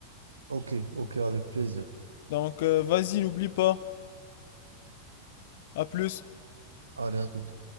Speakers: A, on the right; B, on the left.
A: Ok, ok, avec plaisir.
B: Donc, euh, vas-y, n'oublie pas. À plus.
A: Allez, à toute.